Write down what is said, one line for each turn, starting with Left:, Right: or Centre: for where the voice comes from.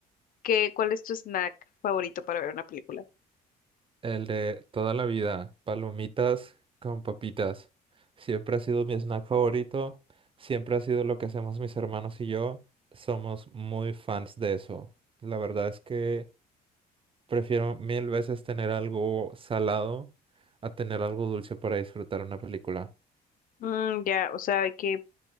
Left: ¿qué, cuál es tu snack favorito para ver una película?
Right: El de toda la vida, palomitas con papitas. Siempre ha sido mi snack favorito, siempre ha sido lo que hacemos mis hermanos y yo. Somos muy fans de eso. La verdad es que prefiero mil veces tener algo salado a tener algo dulce para disfrutar una película.
Left: Mm, ya, o sea, de que